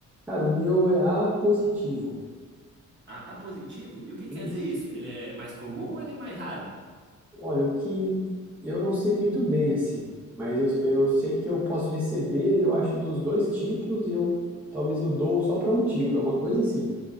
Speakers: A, in the centre; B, on the right (about 35°).
A: Cara, o meu é A positivo.
B: A positivo? E o que quer
A: Isso.
B: dizer isso? Ele é mais comum ou ele é mais raro?
A: Olha, o que eu não sei muito bem, assim, mas eu, eu sei que eu posso receber, eu acho, dos dois tipos, e eu talvez eu dou só para um tipo, é uma coisa assim.